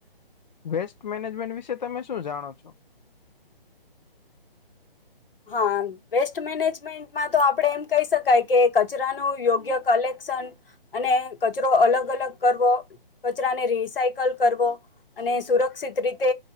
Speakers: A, on the left; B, on the left.
A: બેસ્ટ મેનેજમેન્ટ વિશે તમે શું જાણો છો?
B: હા વેસ્ટ મેનેજમેન્ટ તો આપડે એમ કહી શકાય કે કચરાનું યોગ્ય કલેક્શન અને કચરો અલગ અલગ કરવો કચરાને રિસાયકલ કરવો. અને સુરક્ષિત રીતે